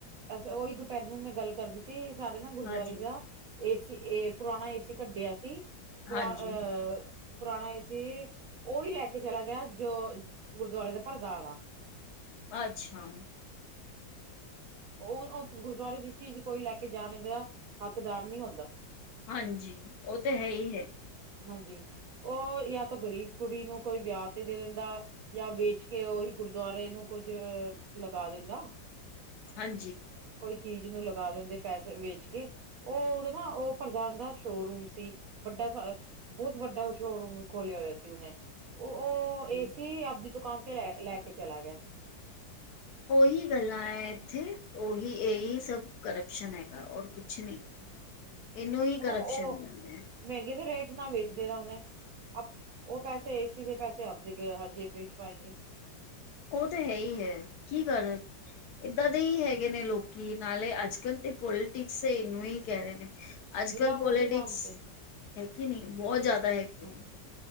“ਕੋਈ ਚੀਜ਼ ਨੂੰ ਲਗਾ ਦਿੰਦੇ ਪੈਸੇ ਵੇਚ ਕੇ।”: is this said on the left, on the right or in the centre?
Right